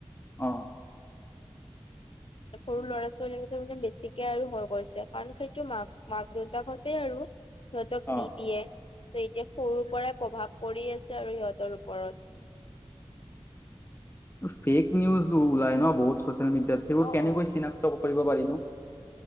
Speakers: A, on the left; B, on the left.
A: অৱ।
B: সৰু ল'ৰা-ছোৱালীকেইটা মানে বেছিকে আৰু হৈ গৈছে, কাৰণ সেইটো মাক মাক দেউতাকতে আৰু। সিহঁতক
A: অ
B: দি দিয়ে ত এতিয়া সৰুৰ পৰাই প্ৰভাৱ পৰি আছে আৰু সিহঁতৰ ওপৰত।
A: অৱ ফেক নিউজো ওলাই ন বহুত ছ'চিয়েল মিডিয়াত সেইবোৰ
B: অ
A: কেনেকৈ
B: অ
A: চিনাক ক্ত কৰিব পাৰি নো!